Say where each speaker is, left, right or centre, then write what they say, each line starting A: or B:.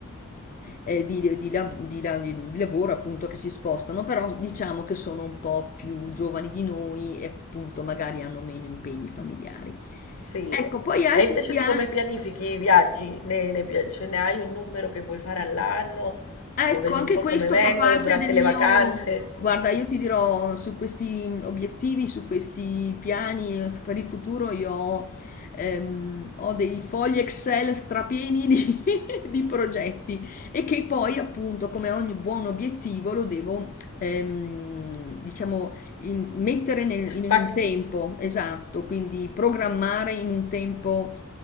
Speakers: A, on the left; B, on the left.
A: eh, di, di la- di la- di lavoro appunto che si spostano, però diciamo che sono un po' più giovani di noi e appunto magari hanno meno impegni familiari.
B: Sì,
A: Ecco, poi altri,
B: e invece
A: dia-
B: tu come pianifichi i viaggi? Ne, ne pia- cioè, ne hai un numero che vuoi fare all'anno?
A: Ecco,
B: O vedi
A: anche
B: un po'
A: questo
B: come vengono
A: fa parte
B: durante
A: del
B: le
A: mio...
B: vacanze?
A: Guarda, io ti dirò, su questi obiettivi, su questi piani eh, per il futuro, io ho, ehm, ho dei fogli Excel strapieni di, <laughs> di progetti e che poi, appunto, come ogni buon obiettivo, lo devo, ehm, diciamo, in- mettere nel-
B: Spac-
A: in un tempo, esatto, quindi programmare in un tempo,